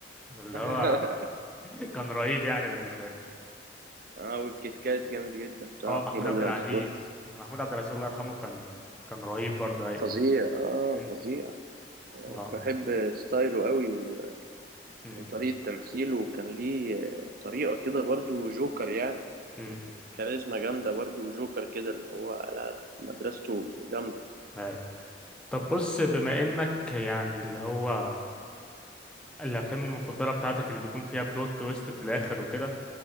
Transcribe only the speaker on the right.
<laughs>
اه والكيت كات جامد جدا بتاع
محمود
عبد العزيز
برضه
فظيع اه
فظيع
كنت بحب ستايله قوي و-
وطريقة تمثيله وكان ليه آه، طريقة كده برضه جوكر يعني
كاريزما جامدة برضه وجوكر كده اللي هو لا لا مدرسته جامدة